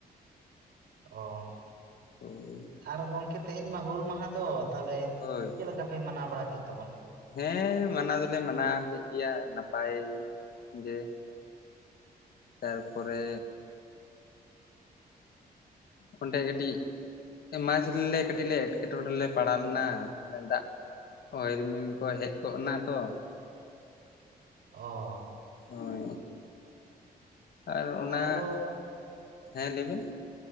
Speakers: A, on the right; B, on the left.
A: ᱚᱻ
B: <inaudible>
A: ᱟᱨ ᱜᱚᱝᱠᱮ ᱛᱮᱦᱮᱧ ᱢᱟ ᱦᱩᱞ ᱢᱟᱦᱟ ᱫᱚ ᱛᱟᱞᱦᱮ
B: ᱦᱳᱭ
A: ᱪᱮᱫ ᱞᱮᱠᱟ ᱯᱮ ᱢᱟᱱᱟᱣ ᱵᱟᱲᱟ ᱠᱮᱫ ᱛᱟᱵᱚᱱᱟ?
B: ᱦᱮᱸ ᱢᱟᱱᱟᱣ ᱫᱚᱞᱮ ᱢᱟᱱᱟᱣ ᱠᱮᱫ ᱜᱮᱭᱟ ᱱᱟᱯᱟᱭ ᱜᱮ! ᱛᱟᱨᱯᱚᱨᱮ ᱚᱸᱰᱮ ᱠᱟᱹᱴᱤᱡ ᱡᱽᱷ ᱨᱮ ᱞᱮ ᱠᱟᱹᱴᱤᱡ ᱞᱮ ᱮᱴᱠᱮᱴᱚᱬᱮ ᱞᱮ ᱯᱟᱲᱟᱣ ᱞᱮᱱᱟᱮ ᱫᱟᱜ ᱚᱭᱮᱞ ᱨᱤᱢᱤᱞ ᱠᱚ ᱦᱮᱡ ᱠᱚᱜ ᱮᱱᱟ ᱛᱚ
A: ᱚᱻ
B: <unintelligible> ᱦᱮ ᱟᱨ ᱚᱱᱟ
A: ᱟᱫᱚ
B: ᱦᱮᱸ ᱞᱟᱹᱭᱵᱤᱱ?